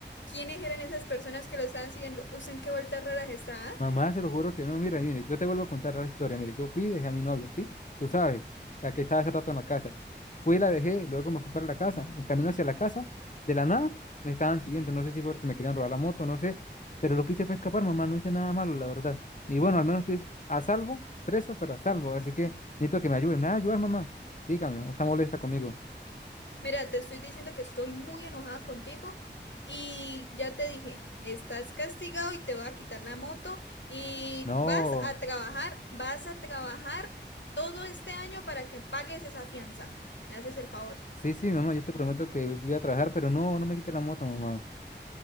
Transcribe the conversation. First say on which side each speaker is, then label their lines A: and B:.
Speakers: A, on the left; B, on the left.
A: ¿Quiénes eran esas personas que lo estaban siguiendo? ¿Usted en qué vueltas raras está? ah?
B: Mamá, se lo juro que no. Mira, mire, yo te vuelvo a contar la historia. Mire, yo fui, dejé a mi novia, ¿sí? Tú sabes, la que estaba hace rato en la casa. Fui, la dejé, luego me fui para la casa. En camino hacia la casa, de la nada, me estaban siguiendo. No sé si fue porque me querían robar la moto, no sé. Pero lo que hice fue escapar, mamá. No hice nada malo, la verdad. Y bueno, al menos estoy a salvo, preso, pero a salvo. Así que necesito que me ayude. ¿Me va a ayudar, mamá? Dígame, ¿o está molesta conmigo?
A: Mira, te estoy diciendo que estoy muy enojada contigo y ya te dije, estás castigado y te voy a quitar la moto y
B: No.
A: vas a trabajar, vas a trabajar todo este año para que pagues esa fianza. ¿Me haces el favor?
B: Sí, sí, mamá, yo te prometo que voy a trabajar, pero no, no me quite la moto, mamá.